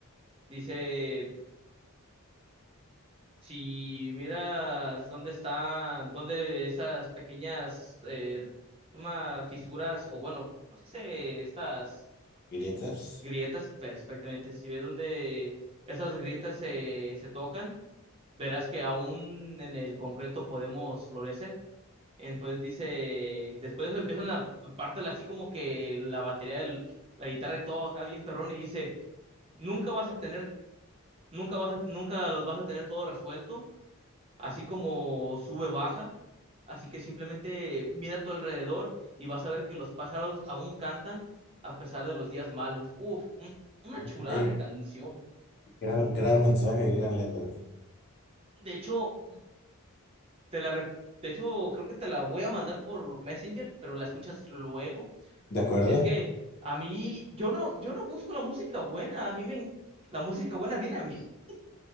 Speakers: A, on the right (about 25°); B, on the left (about 45°).
A: Dice, si miras dónde está, dónde esas pequeñas eh, llama fisuras, o bueno, ¿cómo se dice? Estas
B: y letras.
A: grietas, perfectamente. Si ves dónde esas grietas se, se tocan, verás que aún en el concreto podemos florecer. Entonces dice, después de eso empieza una parte así como que la batería del- la guitarra y todo acá bien perrón y dice, nunca vas a tener, nunca vas a, nunca los vas a tener todo resuelto, así como sube, baja. Así que simplemente mira a tu alrededor y vas a ver que los pájaros aún cantan a pesar de los días malos. Uf, un- una
B: Ok,
A: chulada de canción.
B: gran, gran mensaje, gran letra.
A: De hecho, Te la re- De hecho, creo que te la voy a mandar por Messenger, pero la escuchas luego.
B: ¿De acuerdo?
A: Es que a mí, yo no, yo no busco la música buena, a mí me... en- La música buena viene a mí. <laughs>